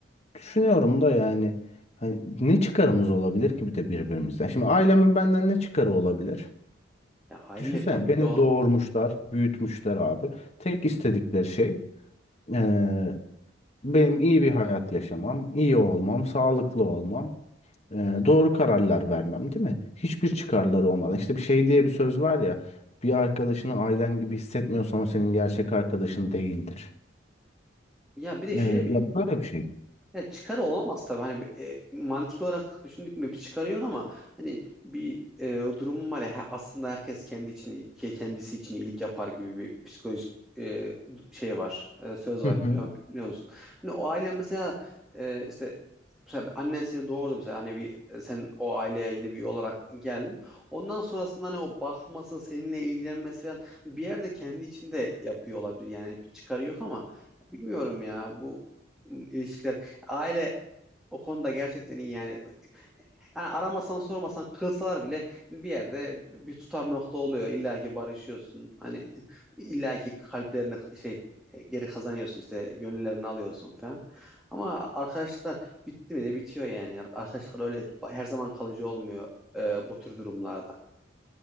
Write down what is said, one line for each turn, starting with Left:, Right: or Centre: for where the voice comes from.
Left: Düşünüyorum da yani hani ne çıkarımız olabilir ki bir de birbirimize? Şimdi ailemin benden ne çıkarı olabilir?
Centre: Ya aileyle
Left: Düşünsene
Centre: tabii
Left: beni
Centre: ki olan
Left: doğurmuşlar, büyütmüşler abi. Tek istedikleri şey eee, benim iyi bir hayat yaşamam, iyi olmam, sağlıklı olmam, eee, doğru kararlar vermem, değil mi? Hiçbir çıkarları olmadan. İşte bir şey diye bir söz var ya, bir arkadaşını ailen gibi hissetmiyorsan o senin gerçek arkadaşın değildir.
Centre: ya bir de
Left: Eee,
Centre: şöyle
Left: ya böyle bir şey.
Centre: Ya çıkarı olamaz tabii. Hani bir, e, mantık olarak düşündük mü bir çıkarı yok ama hani bir e, durum var ya he- aslında herkes kendi için kendisi için iyilik yapar gibi bir psikolojik e, şey var. E, söz var
Left: Hı hı.
Centre: biliyor, biliyor musun? Hani o aile mesela e, işte mesela annen seni doğurdu mesela hani bir e, sen o aileye yeni bir üye olarak geldin. Ondan sonrasında hani o bakması, seninle ilgilenmesi falan bir yerde kendi içinde yapıyor olabilir. Yani bir çıkarı yok ama bilmiyorum ya bu ilişkiler Aile o konuda gerçekten iyi yani. Yani aramasan sormasan kılsalar bile bir yerde bir tutar nokta oluyor. İlla ki barışıyorsun. Hani illa ki kalplerini şey geri kazanıyorsun işte gönüllerini alıyorsun falan. Ama arkadaşlıklar bitti mi de bitiyor yani. Arkadaşlıklar öyle her zaman kalıcı olmuyor e, bu tür durumlarda.